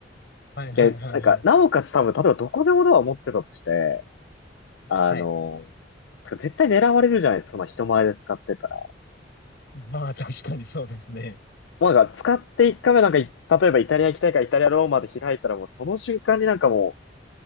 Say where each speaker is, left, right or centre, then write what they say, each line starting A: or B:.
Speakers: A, on the left; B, on the left.
A: はいはいはいはい。
B: で、なんか、なおかつ多分、例えばどこでもドアを持ってたとして、あの、
A: はい。
B: 絶対狙われるじゃないですか、その人前で使ってたら。
A: まあ、確かにそうですね。
B: もうなんか使って1回目なんかい、例えばイタリア行きたいからイタリアローマで開いたらもうその瞬間になんかもう